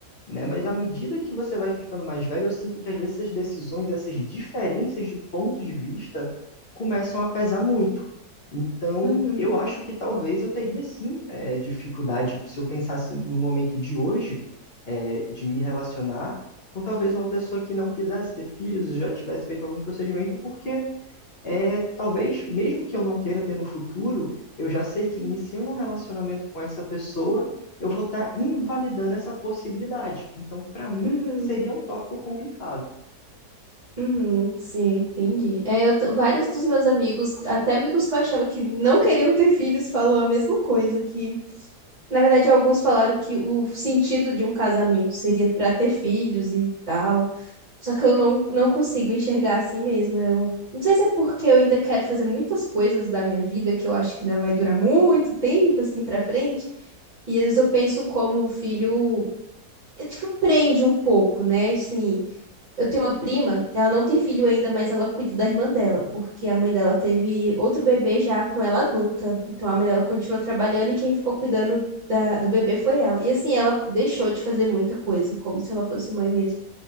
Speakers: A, on the left (about 45°); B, on the right (about 30°).
A: né? Mas à medida que você vai ficando mais velho, eu sinto que às vezes essas decisões, essas diferenças de ponto de vista começam a pesar muito. Então,
B: uhum,
A: eu acho que talvez eu teria sim é, dificuldade, se eu pensasse no momento de hoje, é, de me relacionar com talvez uma pessoa que não quisesse ter filhos, já tivesse feito algum procedimento, porque é, talvez, mesmo que eu não queira ter no futuro, eu já sei que iniciando um relacionamento com essa pessoa, eu vou estar invalidando essa possibilidade. Então, para mim,
B: uhum.
A: seria um tópico complicado.
B: Uhum, sim, entendi. É, eu t- vários dos meus amigos, até amigos que eu achava que não queriam ter filhos, falou a mesma coisa, que na verdade alguns falaram que o sentido de um casamento seria para ter filhos e tal. Só que eu não, não consigo enxergar assim mesmo. Eu não sei se é porque eu ainda quero fazer muitas coisas da minha vida que eu acho que ainda vai durar muito tempo assim para frente, e às vezes eu penso como o filho, eh, tipo, prende um pouco, né? Assim, eu tenho uma prima, ela não tem filho ainda, mas ela cuida da irmã dela, porque a mãe dela teve outro bebê já com ela adulta. Então a mãe dela continua trabalhando e quem ficou cuidando da- do bebê foi ela. E assim, ela deixou de fazer muita coisa, como se ela fosse mãe mesmo.